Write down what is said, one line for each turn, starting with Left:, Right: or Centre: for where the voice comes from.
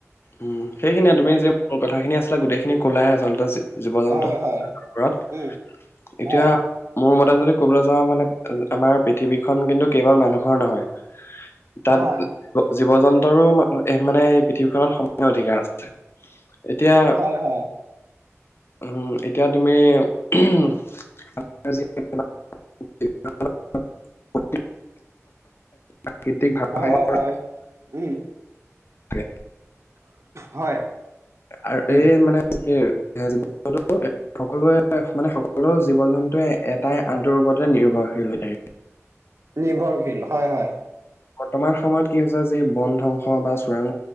Left: উম সেইখিনিয়ে তুমি যে মোৰ কথাখিনি আছিলে গোটেইখিনি কলাই আচলতে। জীৱ জন্তু
Right: হয়, হয়,
Left: কৰাৰত
Right: উম,
Left: এতিয়া
Right: হয়,
Left: মোৰ মতে এটা যদি কবলৈ যাওঁ মানে আমাৰ পৃথিৱীখন কিন্তু কেৱল মানুহৰ নহয় তাত
Right: হয়,
Left: জীৱ জন্তুৰো মানে পৃথিৱীখনত অধিকাৰ আছে এতিয়া
Right: হয় হয়
Left: উম এতিয়া তুমি <unintelligible>
Right: <inaudible>
Left: প্ৰাকৃতিক ভাৰসাম্য
Right: হয় হয় উম
Left: থাকে
Right: হয়
Left: আৰু
Right: উম,
Left: এই মানে কি জীৱ জ সকলোৱে মানে সকলো জীৱ জন্তুৱে এটাই আটোৰ ওপৰতে নিৰ্ভৰ ৰ্ভৰশীল হৈ থাকে
Right: নিৰ্ভৰশীল হয় হয়
Left: বৰ্তমান সময়ত কি হৈছে যে বন ধ্বংস বা চোৰাং